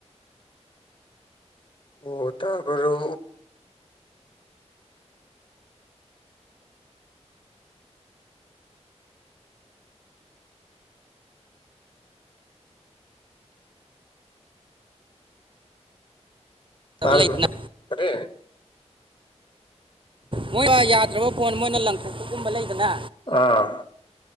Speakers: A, on the left; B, on the right.
A: ꯑꯣ ꯇꯥꯕꯔꯣ
B: ꯐꯖꯕ
A: ꯇꯥꯔꯤꯕ
B: ꯂꯩꯗꯅ
A: ꯀꯔꯤ
B: ꯃꯣꯏꯅ ꯌꯥꯗ꯭ꯔꯕ ꯐꯣꯟ ꯃꯣꯏꯅ ꯂꯪꯊꯣꯛꯄꯒꯨꯝꯕ ꯂꯩꯗꯅ
A: ꯑꯥ